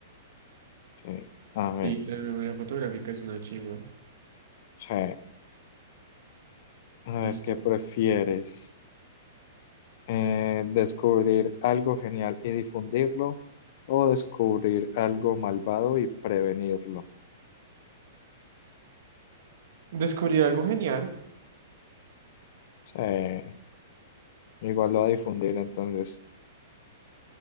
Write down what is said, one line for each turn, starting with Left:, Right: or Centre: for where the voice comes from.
Left: Sí, a
Right: Sí,
Left: ver.
Right: que la memoria fotográfica es una chimba.
Left: Sí. A
Right: Listo.
Left: ver, ¿qué prefieres? Eh, ¿descubrir algo genial y difundirlo o descubrir algo malvado y prevenirlo?
Right: Descubrí algo genial.
Left: Sí. Igual lo va a difundir, entonces,